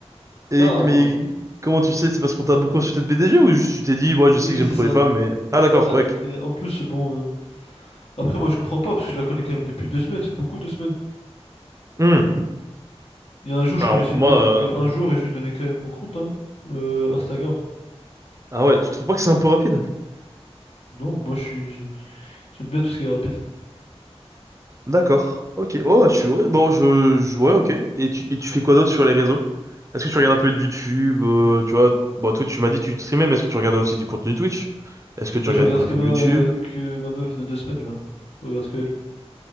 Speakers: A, on the left (about 65°); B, on the right (about 30°).
A: non,
B: Et, mais comment tu sais? C'est parce qu'on t'a beaucoup insulté de BDG ou juste tu t'es dit, ouais,
A: oui,
B: je sais que j'aime
A: c'est
B: trop
A: ça.
B: les femmes, mais.
A: C'est
B: Ah,
A: ça.
B: d'accord, ouais. ok.
A: Et en plus, bon, euh, après, moi je comprends pas, parce que je la connais quand même depuis deux semaines, c'est beaucoup deux semaines.
B: Hmm.
A: Il y a un jour, je
B: Alors,
A: connaissais
B: moi.
A: une meuf
B: euh,
A: depuis un jour et je lui ai donné quand même mon compte, hein. Euh, Instagram.
B: Ah ouais, tu trouves pas que c'est un peu rapide?
A: Non, moi, je suis, j'aime bien tout ce qui est rapide.
B: D'accord. Ok. Oh, je suis... ouais, Bon, je... je... Ouais, ok. Et tu... et tu fais quoi d'autre sur les réseaux? Est-ce que tu regardes un peu de YouTube, euh, tu vois? Bon, Twitch, tu m'as dit que tu streamais, mais est-ce que tu regardes aussi du contenu Twitch? Est-ce que tu
A: Bah,
B: regardes
A: je regarde
B: du contenu
A: que ma,
B: YouTube?
A: que ma meuf de deux semaines, là. Je regarde que elle.